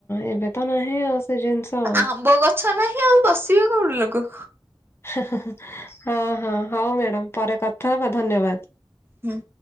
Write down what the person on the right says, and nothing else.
ଆମ୍ବ ଗଛ ନାହିଁ ଆଉ ବସିବେ କୋଉଠି ଲୋକ।
ହୁଁ।